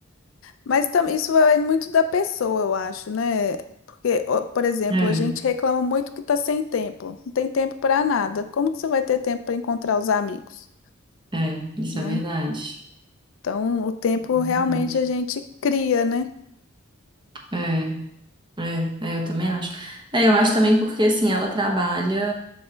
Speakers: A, on the left; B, on the right.
A: Mas tam- isso vai muito da pessoa, eu acho, né? Porque, ó, por exemplo,
B: É,
A: a gente reclama muito que tá sem tempo, não tem tempo para nada. Como que você vai ter tempo para encontrar os amigos,
B: é, isso
A: né?
B: é verdade.
A: Então, o tempo
B: Verdade.
A: realmente a gente cria, né?
B: É, é, é, eu também acho. É, eu acho também porque, assim, ela trabalha